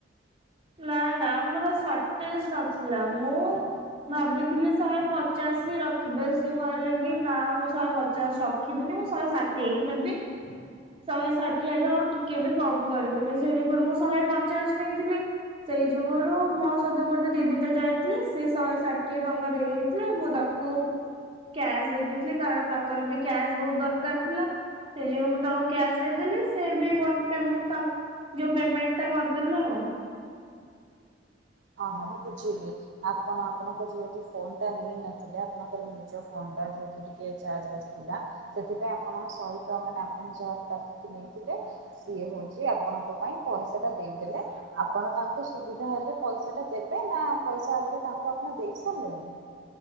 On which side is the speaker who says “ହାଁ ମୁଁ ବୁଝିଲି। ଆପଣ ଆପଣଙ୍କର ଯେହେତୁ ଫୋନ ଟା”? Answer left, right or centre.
Right